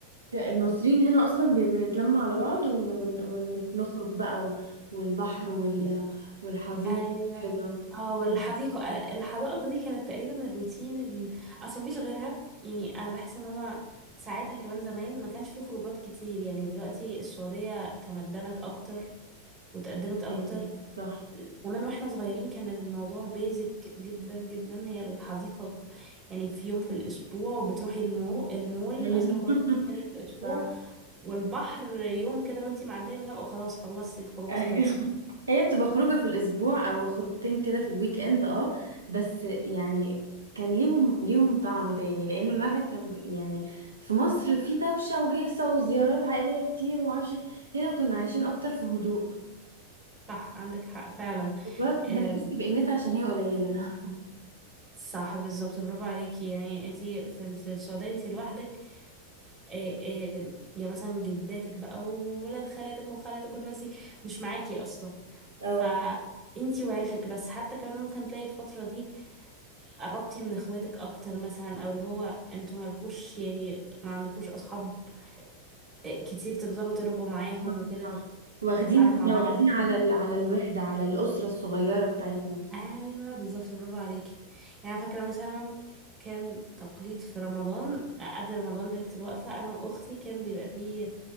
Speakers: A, on the right; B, on the right.
A: لا، المصريين هنا اصلا بن- بنتلم على بعض ون- ون- ونخرج بقى و- والبحر وال... والحديقه
B: ايوه
A: كده
B: اه والحديقه
A: مم.
B: آه، الحدائق دي كانت تقريبا الروتين ال... اصل مفيش غيرها يعني انا بحس ان هما ساعتها كمان زمان ما كانش في خروجات كتير يعني دلوقتي السعوديه تمدنت اكتر وتقدمت اكتر
A: أيوة، صح
B: زمان واحنا صغيرين كان الموضوع بيزك جدا جدا هي الحديقه يعني في يوم في الاسبوع وبتروحي المو... المول
A: ايوه
B: مثلا برضه
A: <laughs>
B: تاني في الاسبوع
A: صح
B: والبحر يوم كده وانتي معديه من جنبه وخلاص خلصتي الخروجات
A: ايوه
B: خلصت
A: هي بتبقى خروجه في الاسبوع او خروجتين كده في الويك اند اه بس يعني كان ليهم ليهم طعم تاني لانه الواحد كان ب- يعني في مصر في دوشه وهيصه وزيارات عائليه كتير ومعرفش هنا كنا عايشين اكتر في هدوء
B: صح عندك حق فعلا
A: وقت
B: آه،
A: بنحس بقيمتها عشان هي قليله <laughs>
B: صح بالظبط برافو عليكي يعني انت في ال- في السعوديه انت لوحدك آه، آه، يعني مثلا جداتك بقى وولاد خالاتك وخالاتك والناس دي مش معاكي اصلا
A: اه
B: ف انتي وعيلتك بس حتى كمان ممكن تلاقي الفترة دي قربتي من اخواتك اكتر مثلا او اللي هو انتوا مالكوش يعني ما عندكوش اصحاب آه، كتير تفضلوا ترغوا معاهم
A: صح
B: وكده
A: صح واخدين
B: فبتلعبوا
A: كنا
B: مع بعض
A: واخدين على ال... على الوحدة على الأسرة الصغيرة بتاعتنا
B: ايوه بالظبط برافو عليكي يعني فاكره مثلا كان تقليد في رمضان آه، قبل رمضان ليله الوقفه انا واختي كان بيبقى فيه